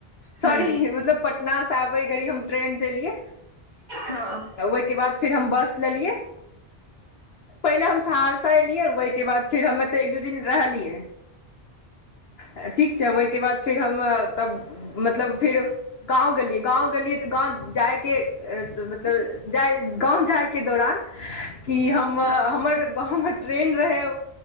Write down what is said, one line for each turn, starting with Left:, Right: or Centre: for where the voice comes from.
Right: हूँ
Left: सॉरी मतलब पटना से आबै घड़ी हम ट्रेनसँ एलियै
Right: हँ
Left: ओहिके बाद फिर हम बस लेलियै पहिले हम सहरसा एलियै ओहिके बाद फेर ह दू दिन रहलीय छै ओहिके बाद फेर हम मतलब फिर गाँव गेलियै गाँव गेलियै तऽ गाँव जाइके मतलब जा गाँव जायके दौरान की हमर
Right: हँ हँ
Left: हमर हमर ट्रेन रहै